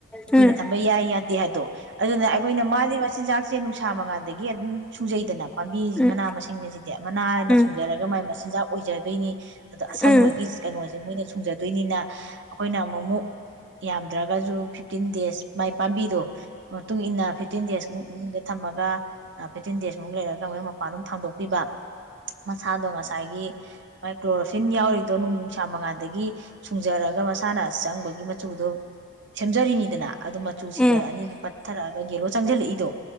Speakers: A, on the right; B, in the centre.
A: ꯀꯨꯏꯅ
B: ꯎꯝ
A: ꯊꯝꯕ ꯌꯥꯏ ꯌꯥꯗꯦ ꯍꯥꯏ ꯑꯗꯨꯅ ꯑꯩꯈꯣꯏꯅ ꯃꯥꯒꯤ ꯃꯆꯤꯟꯖꯥꯛꯁꯦ ꯅꯨꯡꯁꯥ ꯁꯥ ꯃꯉꯥꯟꯗꯒꯤ ꯑꯗꯨꯝ ꯁꯨꯡꯖꯩꯗꯅ ꯄꯥꯝꯕꯤ
B: ꯎꯝ
A: ꯃꯅꯥ ꯃꯁꯤꯡ ꯑꯁꯤꯗꯤ ꯃꯅꯥꯅ
B: ꯎꯝ
A: ꯁꯨꯡꯖꯔꯒ ꯃꯥꯏ ꯃꯆꯤꯟꯖꯥꯛ ꯑꯣꯏꯖꯗꯣꯏꯅꯤ ꯑꯗꯣ ꯑꯁꯪꯕꯒꯤ
B: ꯎꯝ
A: ꯀꯩꯅꯣꯁꯦ ꯃꯣꯏꯅ ꯁꯨꯡꯖꯗꯣꯏꯅꯤꯅ ꯑꯩꯈꯣꯏꯅ ꯑꯃꯨꯛꯃꯨꯛ ꯌꯥꯝꯗ꯭ꯔꯒꯁꯨ ꯐꯤꯐꯇꯤꯟ ꯗꯦꯖ ꯃꯥꯏ ꯄꯥꯝꯕꯤꯗꯣ ꯃꯇꯨꯡ ꯏꯟꯅ ꯐꯤꯞꯇꯤꯟ ꯗꯦꯖ ꯎꯝ ꯎꯝ ꯊꯝꯃꯒ ꯐꯤꯞꯇꯤꯟ ꯗꯦꯖꯃꯨꯛ ꯂꯩꯔꯒ ꯃꯣꯏ ꯃꯄꯥꯟ ꯑꯗꯨꯝ ꯊꯥꯡꯗꯣꯛꯄꯤꯕ ꯃꯁꯥꯗꯣ ꯉꯁꯥꯏꯒꯤ ꯃꯥꯏ ꯀ꯭ꯂꯣꯔꯣꯐꯤꯟ ꯌꯥꯎꯔꯤꯗꯣ ꯅꯨꯡ ꯅꯨꯡꯁꯥ ꯃꯉꯥꯜꯗꯒꯤ ꯁꯨꯡꯖꯔꯒ ꯃꯁꯥꯅ ꯆꯪꯕꯒꯤ ꯃꯆꯨꯗꯣ ꯁꯦꯝꯖꯔꯤꯅꯤꯗꯅ ꯑꯗꯨ ꯃꯆꯨ ꯁꯤꯗꯔꯛꯑꯅꯤ
B: ꯎꯝ ꯎꯝ ꯎꯝ
A: ꯄꯠꯊꯔꯛꯑꯒ ꯌꯦꯂꯣ ꯆꯪꯁꯤꯜꯂꯛꯏꯗꯣ